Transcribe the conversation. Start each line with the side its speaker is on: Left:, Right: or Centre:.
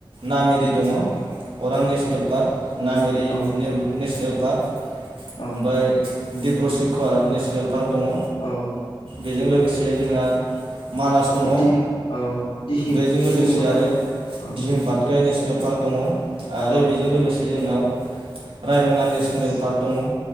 Right: नामेरि दङ अरां नेसनेल पार्क नामेरि
Left: औ
Right: नेसनेल भार्ग
Left: औ
Right: ओमफ्राय दिब्रसि कव नेसनेल पार्क दङ
Left: औ
Right: बेजों लोगोसे जोंहा मानास दङ
Left: दि औ दिहिं
Right: बेजों लोगोसे
Left: दिहिंबो दं
Right: आरो
Left: औ
Right: दिहोम पातखाय नेसनेल भार्ग दङ आरो
Left: औ
Right: बेजों लोगोसे जोंनाव रायमना नेसनेल पार्क दङ